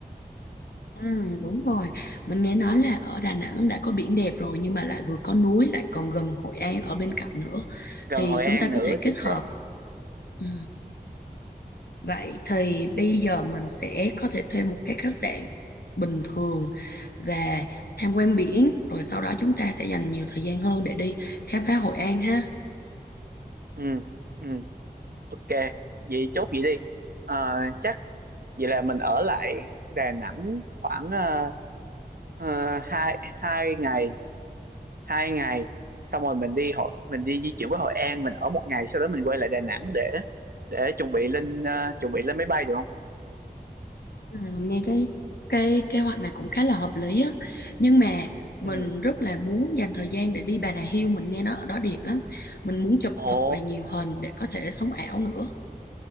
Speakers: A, on the left (about 75°); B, on the right (about 65°).
A: Ừ, đúng rồi. Mình nghe nói là ở Đà Nẵng đã có biển đẹp rồi nhưng mà lại vừa có núi lại còn gần Hội An ở bên cạnh nữa
B: gần
A: thì
B: Hội
A: chúng
B: An
A: ta
B: nữa
A: có thể kết
B: chính xác
A: hợp. Ừ. Vậy thì bây giờ mình sẽ có thể thuê một cái khách sạn bình thường và tham quan biển, rồi sau đó chúng ta sẽ dành
B: ừ
A: nhiều thời gian hơn để đi khám phá Hội An ha.
B: ừ ừ, ok vậy chốt vậy đi à, chắc vậy là mình ở lại Đà Nẵng khoảng à, Ờ, hai hai ngày hai ngày xong rồi mình đi hội mình đi di chuyển qua Hội An mình ở một ngày sau đó mình quay lại Đà Nẵng để để chuẩn bị lên ờ, chuẩn bị lên máy bay được không
A: Ừ, mình nghe cái cái kế hoạch này cũng khá là hợp lý á. Nhưng mà mình
B: ừ
A: rất là muốn dành thời gian để đi Bà Nà Hills, mình nghe nó ở đó đẹp lắm. Mình muốn chụp thật
B: ồ
A: là nhiều hình để có thể sống ảo nữa.